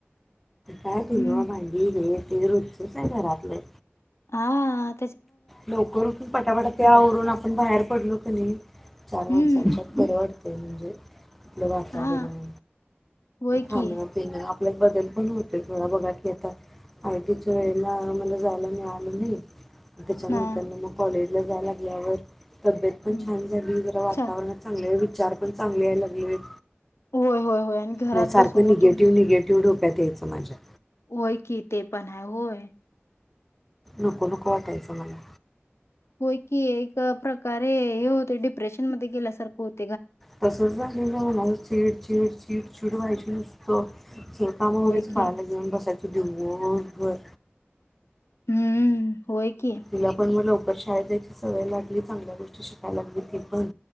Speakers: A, in the centre; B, on the left (about 85°).
A: काय धुणं
B: हम्म
A: भांडी हे ते रोजचंच आहे घरातलं.
B: आहा
A: लवकर उठून पटापटा ते आवरून
B: येतोय
A: आपण बाहेर पडलो की नाही चार माणसाांच्या
B: हम्म
A: परबड ते म्हणजे आपलं वातवरण
B: हा होय
A: खाण-पिणं
B: की
A: एक बदल पण होते थोडा बघा की आता, आय टी च्या वेळेला मला जायला मिळालं नाही. त्याच्यानंतर
B: हा
A: मंग कॉलेज जायला लागल्यावर तब्येत पण
B: हम्म
A: छान झाली जरा वातावरण
B: चा
A: चांगलं ये विचार पण चांगले यायला लागलेत.
B: होय! होय! होय! आणि घरात
A: नाही सारखं
B: बसून मग
A: निगेटिव्ह
B: तुम्हा
A: निगेटिव्ह डोकं त्यात यायचा माझ्या
B: होय की, ते पण हाय होय
A: नको नको वाटायचं मला
B: होय की एक प्रकारे हे होते डिप्रेशनमध्ये गेल्यासारखं होत.
A: तसच झाले ना ओ चीड चीड चीड व्हायची नुस हो शेतामोहरच
B: होय की
A: बाळाला घेऊन बसायचो दिवसभर व्हय
B: हम्म! होय की
A: तिला पण म लवकर पण शाळेत ज्याची सवय लागली चांगल्या गोष्टी शिकायला लागली ती पण